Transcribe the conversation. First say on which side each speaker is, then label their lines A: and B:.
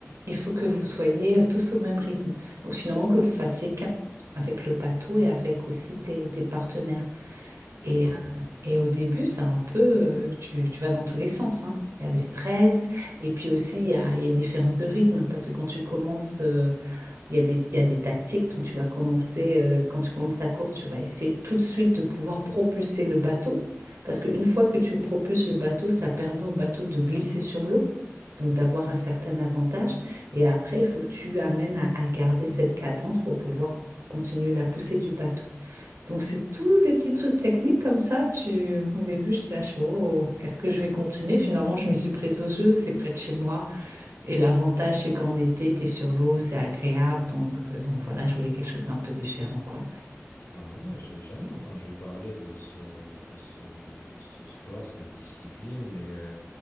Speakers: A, on the right; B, on the left.
A: il faut que vous soyez euh, tous au même rythme. Donc finalement, que vous fassiez qu'un avec le bateau et avec aussi tes, tes partenaires. Et,
B: Waouh.
A: et au début, c'est un peu, euh, tu, tu vas dans tous les sens, hein. Il y a le stress, et puis aussi, il y a, il y a une différence de rythme. Parce que quand tu commences euh, Il y a des, il y a des tactiques donc tu vas commencer, euh, quand tu commences ta course, tu vas essayer tout de suite de pouvoir propulser le bateau. Parce qu'une fois que tu propulses le bateau, ça permet au bateau de glisser sur l'eau, donc d'avoir un certain avantage. Et après, il faut que tu amènes à, à garder cette cadence pour pouvoir continuer la poussée du bateau. Donc, c'est tout des petits trucs techniques comme ça. Tu... Au début, je lâche, oh, est-ce que je vais continuer? Finalement, je me suis prise au jeu, c'est près de chez moi. Et l'avantage, c'est qu'en été, tu es sur l'eau, c'est agréable. Donc, euh, donc voilà, je voulais quelque chose d'un peu différent, quoi.
B: Ah ouais, j'ai jamais entendu parler de ce, de ce, ce sport, cette discipline et,